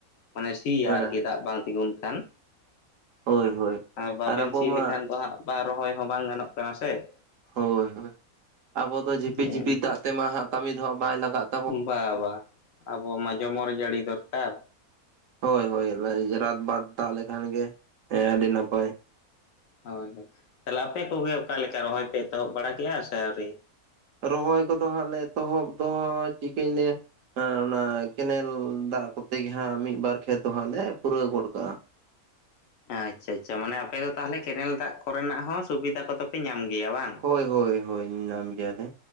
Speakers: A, on the left (about 70°); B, on the right (about 65°).
A: ᱢᱟᱱᱮ ᱥᱤ
B: ᱦᱮᱸ
A: ᱟᱨ ᱠᱤ ᱫᱟᱜ ᱵᱟᱝ ᱛᱤᱸᱜᱩᱱ ᱠᱷᱟᱱ ᱾
B: ᱦᱳᱭ ᱦᱳᱭ
A: ᱟᱨ ᱵᱟᱵᱮᱱ
B: ᱟᱵᱚ
A: ᱥᱤ
B: ᱢᱟ
A: ᱞᱮᱠᱷᱟᱱ ᱫᱚ ᱦᱟᱸᱜ ᱵᱟᱝ ᱨᱚᱦᱚᱭ ᱦᱚᱸ ᱵᱟᱝ ᱜᱟᱱᱚᱜ ᱠᱟᱱᱟ ᱥᱮ ᱾
B: ᱦᱳᱭ ᱦᱳᱭ ᱟᱵᱚ ᱫᱚ ᱡᱷᱤᱯᱤᱨ
A: ᱦᱮᱸ
B: ᱡᱷᱤᱯᱤᱨ ᱫᱟᱜ ᱛᱮᱢᱟ ᱦᱟᱸᱜ ᱠᱟᱹᱢᱤ ᱫᱚ ᱦᱟᱸᱜ ᱵᱟᱭ ᱞᱟᱜᱟᱜ ᱛᱟᱵᱚᱱᱟ ᱾
A: ᱵᱟ ᱵᱟ ᱟᱵᱚ ᱢᱟ ᱡᱷᱚᱢᱚᱨ ᱡᱟᱹᱲᱤ ᱫᱚᱨᱠᱟᱨ
B: ᱦᱳᱭ ᱦᱳᱭ ᱨᱟᱛᱵᱟᱫ ᱫᱟᱜ ᱛᱟᱦᱚᱞᱮ ᱠᱷᱟᱱ ᱜᱮ ᱦᱮᱸ ᱟᱹᱰᱤ ᱱᱟᱯᱟᱭ
A: ᱦᱳᱭ ᱦᱳᱭ ᱛᱟᱦᱚᱞᱮ ᱟᱯᱮ ᱠᱚᱜᱮ ᱚᱠᱟ ᱞᱮᱠᱟ ᱨᱚᱦᱚᱭ ᱯᱮ ᱮᱛᱚᱦᱚᱵ ᱵᱟᱲᱟ ᱠᱮᱜᱼᱟ ᱥᱮ ᱟᱹᱣᱨᱤ
B: ᱨᱚᱦᱚᱭ ᱠᱚᱫᱚ ᱦᱟᱸᱜ ᱞᱮ ᱮᱛᱚᱦᱚᱵ ᱫᱚ ᱪᱤᱠᱟᱹᱧ ᱞᱮᱭᱟ ᱾ ᱚᱱᱟ ᱠᱮᱱᱮᱞ ᱫᱟᱜ ᱠᱚᱛᱮ ᱜᱮ ᱦᱟᱸᱜ ᱢᱤᱫ ᱵᱟᱨ ᱠᱷᱮᱛ ᱫᱚ ᱦᱟᱸᱜ ᱞᱮ ᱯᱩᱨᱟᱹᱣ ᱜᱚᱫ ᱠᱟᱜᱼᱟ ᱾
A: ᱟᱪᱪᱷᱟ ᱟᱪᱪᱷᱟ ᱢᱟᱱᱮ ᱟᱯᱮ ᱫᱚ ᱛᱟᱦᱚᱞᱮ ᱠᱮᱱᱮᱞ ᱫᱟᱜ ᱠᱚᱨᱮᱱᱟᱜ ᱦᱚᱸ ᱥᱩᱵᱤᱫᱟ ᱠᱚᱫᱚ ᱯᱮ ᱧᱟᱢ ᱜᱮᱭᱟ ᱵᱟᱝ?
B: ᱦᱳᱭ ᱦᱳᱭ ᱦᱳᱭ ᱧᱟᱢ ᱜᱮᱭᱟᱞᱮ